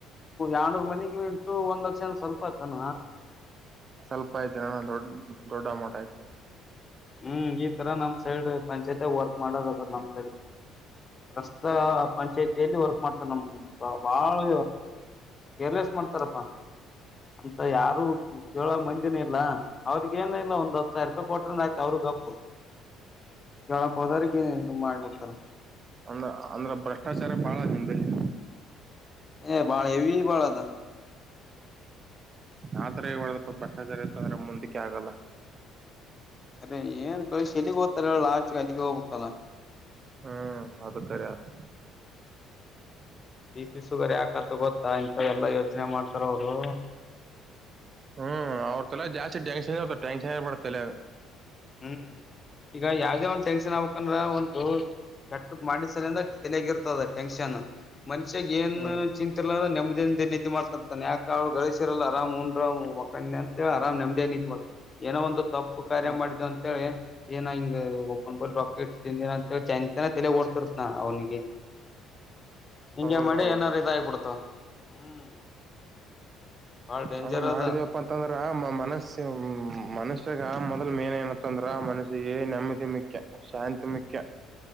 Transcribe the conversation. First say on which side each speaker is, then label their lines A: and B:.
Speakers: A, on the left; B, on the right.
A: ಎರನ ಮನೆಿಗೆ ಉಂಟು ಒಂದ್ ಲಕ್ಷ ಅಂದ ಸ್ವಲ್ಪ ಆತಾನ
B: ಸ್ವಲ್ಪ ಆಯ್ತು ನಾನ ದೊಡ್ ದೊಡ್ಡ ಅಮೌಟ್ ಆಯ್ತು
A: ಹ್ಮ್ ಈ ತರ ನಮ್ ಸೈಡ್ ಪಂಚಾಯಿಯ ವರ್ಕ್ ಮಾಡದ ನಮ್ ಸಳ ಪ್ರಸ್ತ ಪಂಚಾಯತಿಯಲ್ಲಿ ವರ್ಕ್ ಮಾಡ್ತಾರೆ ನಮ ಬಾಳ್ ಕೇರ್ಲೆಸ್ ಮಾಡ್ತಾರಪ್ಪಾ ಅಂತ ಯಾರು ಕೇಳ ಮಂದಿನ ಇಲ್ಲ ಅವ್ರಿಗ ಏನ ಇಲ್ಲ ಒಂದ್ ಹತ್ತು ಸಾವಿರ ರೂಪಾಯಿ ಕೊಟ್ರ ಆಯ್ತು ಅವ್ರ ದಪ್ಪು
B: ಹ
A: ಯ <unintelligible> ತುಂಬ ಮಾಡ್ಬಡ್ತಾ
B: ಅಂದ್ರ ಅಂದ್ರೆ ಭ್ರಷ್ಟಾಚಾರ ಬಾಳ ನಿಮಲ್ಲಿ
A: ಏ ಬಾಳ ಹೆವಿ ಬಾಳ ಅದ
B: ಆದ್ರ ಇ ಒಳ್ದಪ್ಪ ಭ್ರಷ್ಟಾಚಾರ ಇತ್ತು ಅಂದ್ರೆ ಮುಂದಕ್ಕೆ ಆಗಲ್ಲ
A: ಅರೆ ಏನ್ ಕಳಲಿಗ್ ಸರಿಳ್ಳ ಆಚ ಕಲ್ಲಿಿಗೆ ಹೋಗ್ಬೇಕಲ್ಲ
B: ಹ್ಮ್ ಅದು ಕರೆ ಅದ ಕರಿ
A: ಬಿ ಪಿ ಶುಗರ್ ಯಾಕತ ಗೊತ್ತಾ ಇಂತ ಎಲ್ಲಾ ಯೋಚನೆ ಮಾಡ್ತಾರ ಅವರು
B: ಹ್ಮ್ ಅವ್ರ ತಲ್ಲ ಜಾಸ್ತಿ ಟ್ಯಾನ್ಕ್ಷನ್ ಇತ ಟ್ಯಾನ್ಕ್ಷನ್ಬಡತಲ್ಲ
A: ಹ್ಮ್ ಈಗ ಯಾವ್ದೇ ಒಂದ ಟೆನ್ಷನ್ ಆಗ್ಬೇಕಂದ್ರ ಒಂದ ದು ಕಟ್ಟದ ಮಾಡಿಸಲಂದ ತೆಲಗಿ ಇರ್ತದೆ ಟೆನ್ಷನ್ ಮನ್ಷ್ಯಾಗ ಏನ್
B: ಹ್ಮ್
A: ಚಿಂತಲ್ಲ ಅ ನೆಮ್ದ ೇ ನೀತಿ ಮಾಡ್ತಾರರ್ತಾನ ಯಕೆಾಳು ಗಳಿಸಿರಲ್ಲರಾಮ ಉುರ್ ಮಣ ಅಂತ ಹೇಳ ಆರಾಮ್ ನಮ್ದೇ ನೀತಿ ಮಾಡ್ತಾರೆ ಏನೋ ಒಂದು ತಪ್ಪು ಕಾರ್ಯ
B: ಹ್ಮ್
A: ಮಾಡಿದೆ ಅಂತೇಳಿ ಏನ ಹ ಓಪನ್ ಬಲ್ ರಾಕೆಟ್ ತಿಿಂದಿರ ಅಂತ ಚೆ ಚ ತಲೆ ಓಡ್ತರ್ನಾ ಅವನಿಗೆ ಹಿಂಗೆ
B: ಹೌದೌದು
A: ಮಡಿ ಏನಾರು ಇದಾಗಿಬಿಡ್ತು ಹ್ಮ್ ಬಾಳ ಡೇಂಜರ್
B: ಹಂಗ್ ಮಾಡಿದಿವವಪ್ಪಾ
A: ಅದ
B: ಅಂತಂದ್ರ ಮನಸ್ಸ್ಯ ಮನುಷ್ಯಾಗ ಮೇನ್ ಏನತ್ತ ಅಂದ್ರ ಮನಸ್ಸಿಗೆ ನೆಮ್ಮದಿ ಮುಖ್ಯ ಶಾಂತಿ ಮುಖ್ಯ